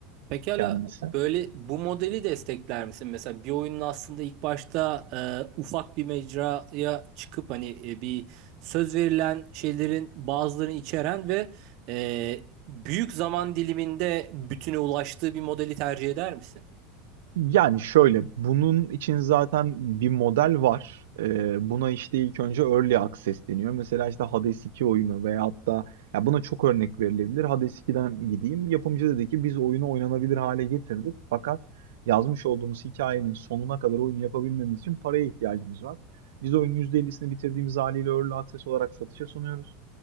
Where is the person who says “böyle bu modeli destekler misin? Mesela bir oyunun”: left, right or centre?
Right